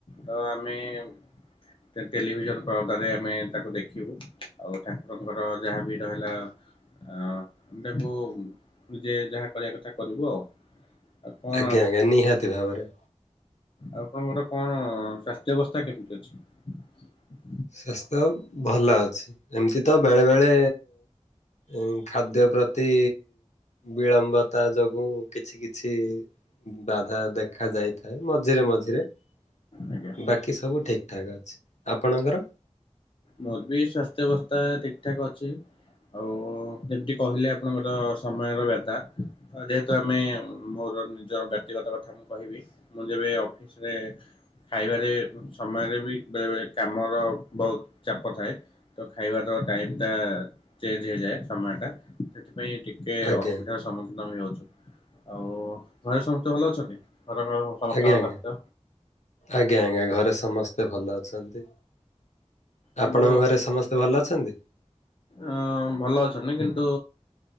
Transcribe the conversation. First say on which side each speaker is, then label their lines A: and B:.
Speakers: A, on the left; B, on the left.
A: ତ ଆମେ <inaudible> ଟେ ଟେଲିଭିଜନ ପରଦାରେ ଆମେ ତାକୁ ଦେଖିବୁ, ଆଉ ଠାକୁରଙ୍କର ଯାହାବି ରହିଲା। କାରଣ୍ ତାକୁ ନିଜେ ଯାହା କରିଆ କଥା କରିବୁ ଆଉ। ଆଉ କଣ
B: ଆଜ୍ଞା ଆଜ୍ଞା, ନିହାତି ଭାବରେ।
A: ଆପଣଙ୍କର କଣ ସ୍ୱାସ୍ଥ୍ୟ ଅବସ୍ଥା କେମିତି ଅଛି? <inaudible>
B: ସ୍ୱାସ୍ଥ୍ୟ ଭଲ ଅଛି, ଏମିତି ତ ବେଳେ ବେଳେ ଇଙ୍ଗ୍ ଖାଦ୍ୟ ପ୍ରତି ବିଳମ୍ବତା ଯୋଗୁ କିଛି କିଛି ବାଧା ଦେଖା ଯାଇଥାଏ। ମଝିରେ ମଝିରେ। <inaudible>
A: ଆଜ୍ଞା।
B: ବାକି ସବୁ ଠିକ ଠାକ୍ ଅଛି। ଆପଣଙ୍କର
A: ମୋର ବି ସ୍ୱାସ୍ଥ୍ୟ ବ୍ୟସ୍ଥା ଠିକ୍ ଠାକ୍ ଅଛି। ଆଉ ଯେମିତି କହିଲେ ଆପଣଙ୍କର ସମୟର ବ୍ୟଥା, ଯେହେତୁ ଆମେ ର ନିଜର ବ୍ୟକ୍ତିଗତ କଥା ମୁଁ କହିବି, ମୁଁ ଯେବେ ଅଫିସରେ ଖାଇବାରେ, ସମୟରେ ବି ବେଳେ ବେଳେ କାମର ବହୁତ୍ ଚାପ ଥାଏ, ତ ଖାଇବାର ଟାଇମ ଟା ଚେଞ୍ଜ ହେଇଯାଏ। ସମୟଟା ସେଠି ପାଇଁ ଟିକେ
B: ଆଜ୍ଞା
A: ଅସୁବିଧାର ସମ୍ମୁଖୀନ ହୋଇଅଛୁ। ଆଉ ଘରେ ସମସ୍ତେ ଭଲ ଅଛନ୍ତି? ଘରର ସମସ୍ତଙ୍କ
B: ଆଜ୍ଞା ଆଜ୍ଞା,
A: ସ୍ୱାସ୍ଥ୍ୟ
B: ଆଜ୍ଞା ଆଜ୍ଞା ଘରେ ସମସ୍ତେ ଭଲ ଅଛନ୍ତି।
A: କିନ୍ତୁ
B: ଆପଣଙ୍କ
A: <inaudible>
B: ଘରେ ସମସ୍ତେ ଭଲ ଅଛନ୍ତି?
A: ଅଁ ଭଲ ଅଛନ୍ତି କିନ୍ କିନ୍ତୁ,